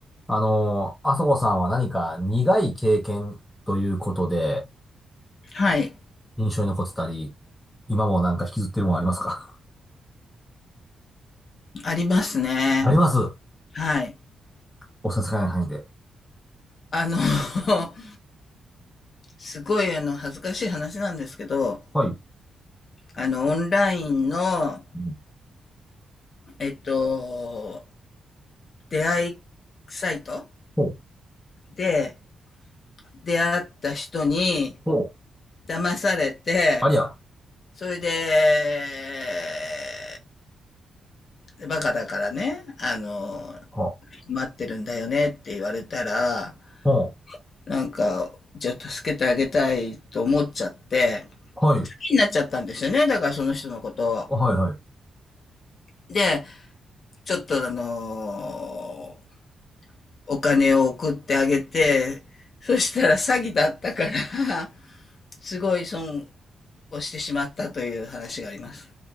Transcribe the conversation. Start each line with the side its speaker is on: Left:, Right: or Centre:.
Centre: あの、あそこさんは何か苦い経験ということで
Left: はい。
Centre: 印象に残ってたり、今もなんか引きずってるものありますか
Left: ありますね。
Centre: <laughs> あります。
Left: はい。
Centre: お差し支えない範囲で。
Left: あの、<laughs> すごいあの、恥ずかしい話なんですけど、
Centre: はい。う
Left: あの、オンラインの、
Centre: ん
Left: えっと、出会いサイト
Centre: ほう、
Left: で出会った人に
Centre: ほう、
Left: 騙されて、
Centre: ありゃ。
Left: それで、バカだからね、あの、
Centre: ほ
Left: 待ってるんだよねって言われたら、
Centre: う、ほ
Left: なんか、じゃあ助けてあげたいと思っちゃって、
Centre: う、はい、
Left: になっちゃったんですよね。だからその人のことを。
Centre: はい、はい。
Left: で、ちょっとあのーお金を送ってあげて、そしたら詐欺だったから、すごい損をしてしまったという話があります。